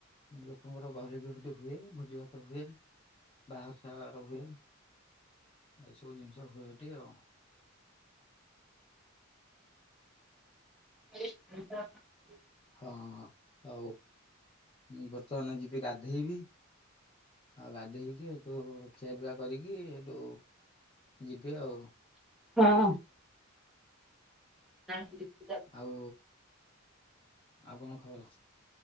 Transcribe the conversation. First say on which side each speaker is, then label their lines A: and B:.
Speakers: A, on the left (about 25°); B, in the centre.
A: ଲୋକଙ୍କର ଗହଳିବି ସେଠି ହୁଏ ଭୋଜି ଭାତ ହୁଏ। ବାହାଘର ସାହାଘର ହୁଏ ଏଇସବୁ ଜିନିଷ ହୁଏ ହେଟି ଆଉ।
B: <inaudible>
A: ହଁ ଆଉ ମୁଁ ବର୍ତ୍ତମାନେ ଯିବି ଗାଧେଇବି ଆଉ ଗାଧେଇକି ଏଠୁ ଖିଆପିଆ କରିକି ଏଠୁ ଯିବି ଆଉ।
B: ହଁ। <unintelligible>
A: ଆଉ ଆଉ କଣ ଖବର?